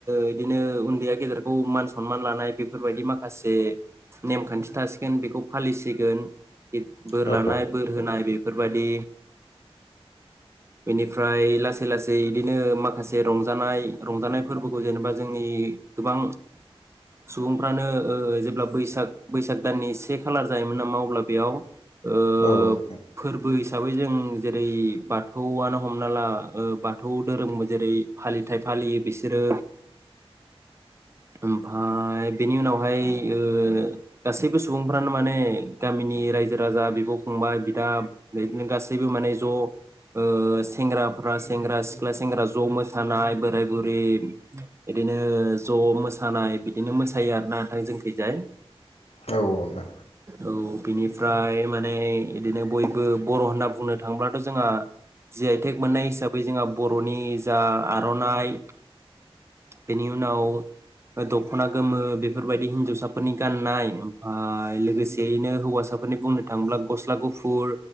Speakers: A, on the right; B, on the left.
A: बिदिनो उनदैया गेदेरखौ मान सनमान लानाय बेफोरबायदि माखासे नेमखानथि थासिगोन बेखौ फालिसिगोन बोर
B: औ
A: लानाय बोर होनाय बेफोरबायदि बेनिफ्राय लासै लासै बिदिनो माखासे रंजानाय रंजानाय फोरबोखौ जेनेबा जोंनि गोबां सुबुंफ्रानो जेब्ला बैसाग बैसाग दाननि से खालार जायोमोन नामा अब्ला बेयाव ओ
B: औ औ नोंथां
A: फोरबो हिसाबै जों जेरै बाथौआनो हमना ला ओ बाथौ दोहोरोम जेरै फालिथायाइ फालियो बिसोरो ओमफाय बेनि उनावहाय ओ गासैबो सुबुंफ्रानो माने गामिनि रायजो राजा बिब' फंबाय बिदा बिदिनो गासैबो माने ज' ओ सेंग्राफ्रा सेंग्रा सिख्ला सेंग्रा ज' मोसानाय बोराय बुरि बिदिनो ज' मोसानाय बिदिनो मोसायो आर नोंथां जों खैजाय
B: औ नोंथां
A: औ बिनि ओमफ्राय माने इदिनो बयबो बर' होनना बुंनो थाङोब्लाथ' जोंहा जि आइ टेक मोननाय हिसाबै जोंहा बर'नि जा आर'नाइ बेनि उनाव दख'ना गोमो बेफोरबायदि हिनजावसाफोरनि गाननाय ओमफाय लोगोसेयैनो हौवासाफोरनि बुंनो थाङोब्ला गस्ला गुफुर